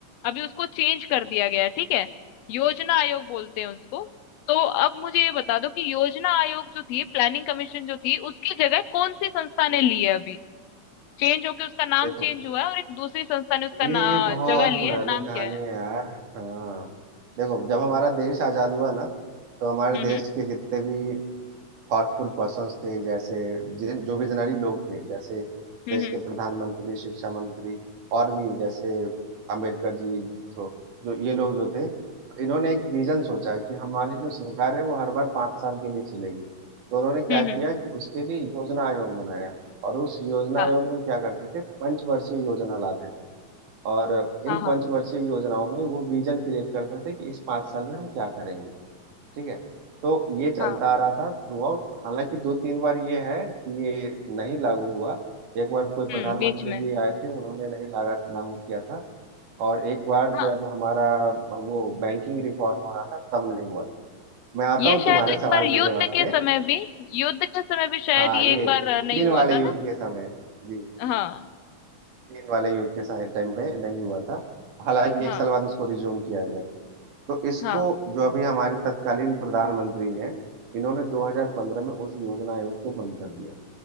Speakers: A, on the left; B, on the right.
A: अभी उसको चेंज कर दिया गया है ठीक है योजना आयोग बोलते हैं उसको तो अब मुझे ये बता दो कि योजना आयोग जो थी प्लानिंग कमीशन जो थी उसकी जगह कौन सी संस्था ने ली है अभी चेंज होके उसका नाम
B: देखो
A: चेंज हुआ है और एक दूसरी संस्था ने उसका
B: ये
A: ना,
B: बहुत
A: जगह ली
B: पुरानी
A: है नाम
B: कहानी
A: क्या है
B: है यार हाँ देखो जब हमारा देश आजाद हुआ ना तो हमारे
A: हम्म
B: देश
A: हम्म
B: के जितने भी थॉटफुल पर्सन्स थे जैसे जिन जो विजनरी लोग थे जैसे
A: हम्म
B: देश के प्रधानमंत्री शिक्षा मंत्री और भी जैसे अंबेडकर जी जो जो ये लोग जो थे इन्होंने एक विजन सोचा कि हमारी जो सरकार है वो हर बार पाँच साल के लिए चलेगी तो उन्होंने क्या
A: हम्म
B: किया
A: हम्म हम्म,
B: कि उसके लिए योजना आयोग बनाया और उस योजना
A: हाँ
B: आयोग में क्या करते थे पंचवर्षीय योजना लाते थे और इन
A: हाँ हाँ
B: पंचवर्षीय योजनाओं में वो विजन क्रिएट करते थे कि इस पाँच साल में हम क्या करेंगे ठीक है तो ये चलता
A: हाँ
B: आ रहा था थ्रू आउट हालांकि दो तीन बार ये है कि ये नहीं लागू हुआ एक बार कोई
A: हम्म
B: प्रधानमंत्री
A: बीच में
B: जी आए थे उन्होंने नहीं लगा लागू किया था और एक बार
A: हाँ
B: जब हमारा वो बैंकिंग रिफॉर्म हो रहा था तब नहीं हुआ मैं आता
A: ये
B: हूँ
A: शायद
B: तुम्हारे
A: एक
B: सवाल
A: बार युद्ध
B: के जवाब
A: के
B: पे
A: समय भी युद्ध के समय भी शायद
B: हाँ
A: ये
B: ये
A: एक बार अ, नहीं
B: चीन
A: हुआ
B: वाले
A: था ना
B: युद्ध के समय जी
A: हाँ
B: चीन वाले युद्ध के टाइम पे नहीं हुआ था हालांकि
A: हाँ
B: एक साल बाद उसको रिज्यूम किया गया तो इसको
A: हाँ
B: जो अभी हमारे तत्कालीन प्रधानमंत्री हैं इन्होंने 2015 में उस योजना आयोग को बंद कर दिया